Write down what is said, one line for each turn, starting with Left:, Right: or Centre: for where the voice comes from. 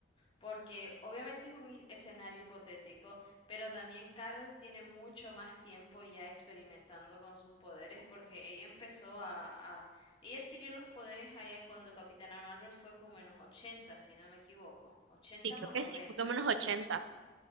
Left: porque obviamente es un i- escenario hipotético, pero también Carol tiene mucho más tiempo ya experimentando con sus poderes, porque ella empezó a, a- ella adquirió los poderes allá cuando Capitana Marvel fue como en los 80, si no me equivoco, ochentas
Right: Sí, creo
Left: o
Right: que
Left: noventas,
Right: sí, fue como en ochenta.